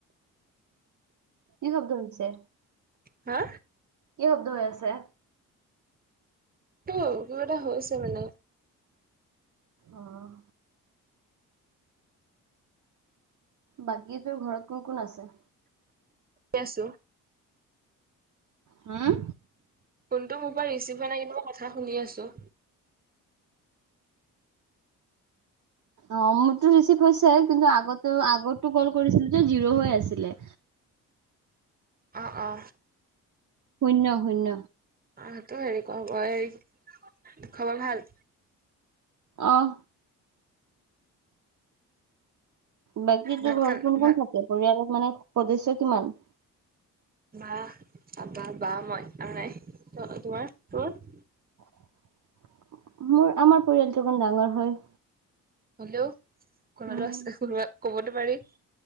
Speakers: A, on the right (about 45°); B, on the right (about 20°).
A: কি শব্দ শুনিছে?
B: হা
A: কি শব্দ হৈ আছে?
B: ত কিবা এটা হৈছে মানে
A: অহ। বাকী তোৰ ঘৰত কোন কোন আছে?
B: আছো।
A: হোম
B: ফোনটো মোৰ পৰা ৰিচিভ হোৱা নাই কিন্তু মই কথা শুনি আছো।
A: অ' মোৰতো ৰিচিভ হৈছে কিন্তু আগতো আগতো কল কৰিছিলো যে জিৰ' হৈ আছিলে।
B: অ' অ'
A: শূন্য শূন্য।
B: আহটো হেৰি খবৰ হৰি খবৰ ভাল।
A: অহ বাকী
B: ভাত
A: তো ঘৰ
B: খাল
A: কোন
B: ভাত
A: কোন থাকে পৰিয়ালত মানে সদস্য কিমান?
B: বা বা বা মই আৰু নাই। তোমাৰ তোৰ?
A: <inaudible> মোৰ আমাৰ পৰিয়ালটো অকণ ডাঙৰ হয়।
B: হ'লেও কোনদাছ
A: উম
B: কবতো পাৰি।